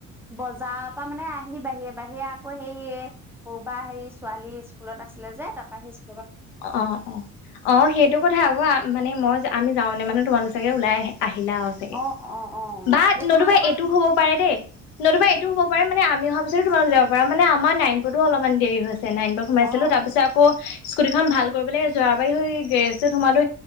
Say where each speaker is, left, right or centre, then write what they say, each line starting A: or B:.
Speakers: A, in the centre; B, on the left.
A: বজাৰৰ পৰা মানে আহি বাহিৰে বাহিৰে আকৌ হেৰিয় কৰ'বা হেৰি ছোৱালী স্কুলত আছিলে। যে তাপা আহিছে।
B: অ অ অ অ সেইটো কথা আকৌ মানে মই আমি যাওনে মানে তোমালোকচাগে ওলাই আহে। আহিলাও চাগে
A: অ অ অ
B: বা
A: এই
B: নতুবা
A: তোমাৰ লগত
B: এইটো হ'ব পাৰে দেই নতুবা। এইটো হ'ব পাৰে মানে আমি অহা পিছত তোমালোক যাব পাৰা। মানে আমাৰ নাইনপুৰতো অলপমান দেৰি হৈ তে নাইনপুৰত সোমাইছিলো।
A: অ অ
B: তাৰ পিছত আকৌ স্কুটিখন ভাল কৰিবলে যোৱাবাৰি হৈ এই গেৰেজটোত সোমালো।